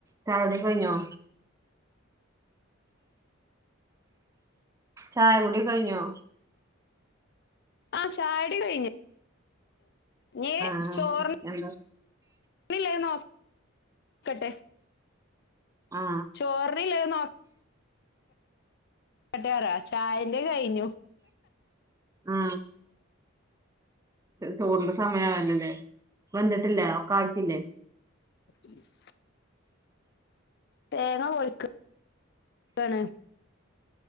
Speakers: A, on the right; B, on the left.
A: ചായക്കുടിയൊക്കെ കഴിഞ്ഞോ? ചായ കുടി കഴിഞ്ഞോ?
B: ആ ചായ കുടി കഴിഞ്ഞു. ഇനീ
A: ആ
B: ചോറിന്
A: എന്താ
B: <unintelligible> നോക്കട്ടെ
A: ആ
B: ചോറിന് ഇല്ലേ നോ ക്കട്ടെ പറയ്, ചായന്റെ കഴിഞ്ഞു.
A: ആ ചോറിന്റെ സമയാണല്ലലേ. വന്നിട്ടില്ല അപ്പ <unintelligible> പിന്നെ
B: <inaudible> തേങ്ങ പൊളിക്ക്. തന്നെ